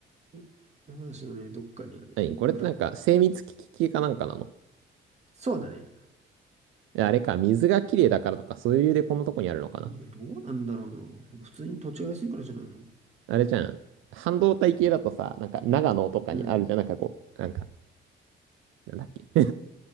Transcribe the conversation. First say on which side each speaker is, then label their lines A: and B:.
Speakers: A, on the right (about 35°); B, on the right (about 85°).
A: ん山梨のね、どっかにあるい村。
B: 何これってなんか精密機器系かなんかなの
A: そうだね。
B: いやあれか、水がきれいだからとかそういう理由でこんなとこにあるのかな
A: え、どうなんだろうな。普通に土地が安いからじゃないの
B: あれじゃん。半導体系だとさ、なんか長野とかにあるじゃん。
A: うん。
B: なんかこう、なんか、なんだっけ <laughs>